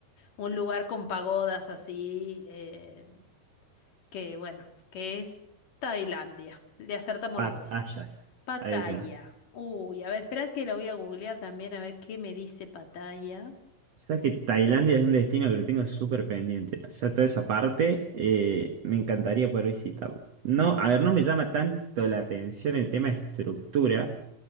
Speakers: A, on the left (about 55°); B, on the right (about 80°).
A: un lugar con pagodas así, eh, que bueno, que es Tailandia. Le acertamos
B: Pattaya.
A: los dos. Pattaya.
B: Ahí se va.
A: Uy, a ver, espera que lo voy a googlear también a ver qué me dice Pattaya.
B: O sea que Tailandia es un destino que lo tengo súper pendiente. O sea, toda esa parte eh, me encantaría poder visitarlo. No, a ver, no me llama tanto la atención el tema estructura,